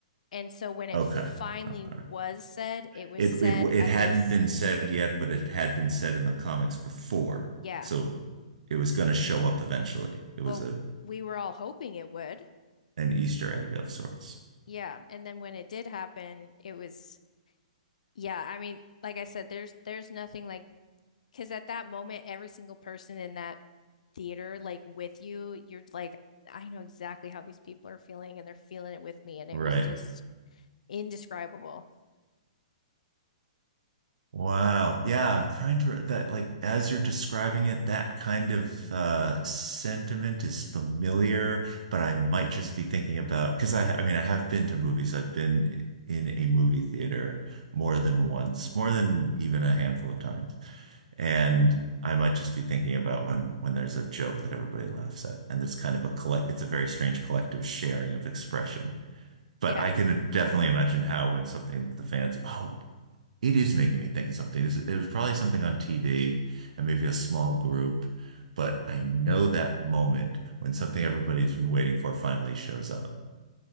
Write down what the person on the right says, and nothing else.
Okay.
Okay.
It
it it
hadn't
been said yet, but it had been said in the comics before.
So it was going to show up eventually. It
was a
an Easter egg of sorts.
Right.
Wow. Yeah, I'm trying to that like as you're describing it, that kind of uh sentiment is familiar, but I might just be thinking about because I I mean I have been to movies. I've been in a movie theater more than once, more than even a handful of times. And I might just be thinking about when when there's a joke that everybody laughs at and there's kind of a collect it's a very strange collective sharing of expression. But
I could definitely imagine how when something that the fans, oh, it is making me think of something. This- It was probably something on TV and maybe a small group, but I know that moment when something everybody's been waiting for finally shows up.